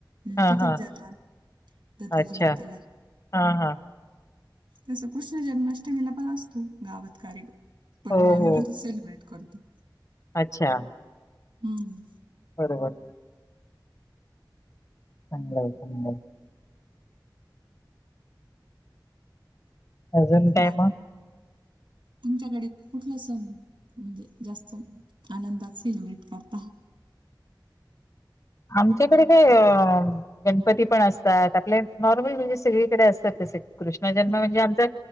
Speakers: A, on the right; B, on the left.
A: मग
B: हा
A: तिथेच
B: हा
A: जातो आम्ही, दत्त
B: अच्छा
A: जयंतीला.
B: हा हा.
A: तसं कृष्ण जन्माष्टमीला पण असतो, गावात कारीक पण
B: हो
A: मग आम्ही
B: हो
A: घरी सेलिब्रेट करतो.
B: अच्छा.
A: हम्म
B: बरोबर. चांगलय चांगलय. अजून काय
A: बाकी
B: म?
A: तुमच्याकडे कुठला सण म्हणजे जास्त आनंदात सेलिब्रेट करता?
B: आमच्याकडे काय अ गणपती पण असतात, आपले नॉर्मल म्हणजे सगळीकडे असतात तसे. कृष्णजन्म
A: हो
B: म्हणजे आमच्यात,